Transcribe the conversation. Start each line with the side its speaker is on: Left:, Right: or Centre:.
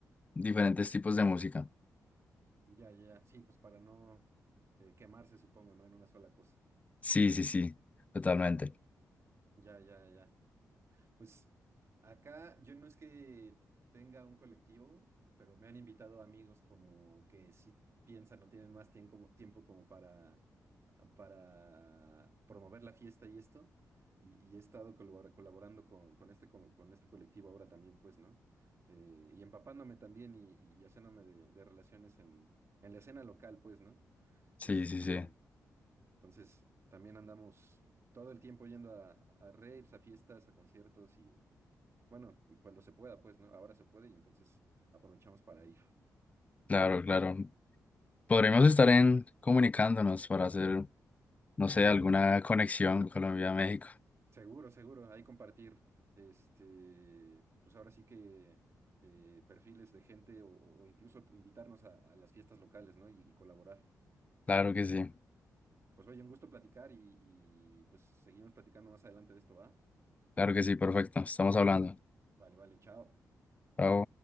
Left: diferentes tipos de música.
Right: Ya, ya, ya. Sí, pues para no eh, quemarse, supongo, ¿no? En una sola cosa.
Left: Sí, sí, sí, totalmente.
Right: Ya, ya, ya. Pues acá yo no es que tenga un colectivo, pero me han invitado amigos como que sí piensan o tienen más tiempo como, tiempo como para, ah, para promover la fiesta y esto. Y, y he estado colabora- colaborando con, con este, co- con, este colectivo ahora también, pues, ¿no? Eh, y empapándome también y, y haciéndome de, de relaciones en, en la escena local, pues, ¿no?
Left: Sí,
Right: Este,
Left: sí, sí.
Right: entonces, también andamos todo el tiempo yendo a, a raves, a fiestas, a conciertos bueno, cuando se pueda, pues, ¿no? Ahora se puede y entonces aprovechamos para ir.
Left: Claro, claro. Podremos estar en comunicándonos para hacer, no sé,
Right: Sí,
Left: alguna conexión Colombia-México.
Right: seguro, seguro. Ahí compartir, este, pues ahora sí que eh, perfiles de gente o, o incluso invitarnos a, a las fiestas locales, ¿no? Y, y colaborar.
Left: Claro que sí,
Right: Pues oye, un gusto platicar y, y pues seguimos platicando más adelante de esto, ¿va?
Left: claro que sí, perfecto. Estamos hablando.
Right: Vale, vale, chao.
Left: Chao.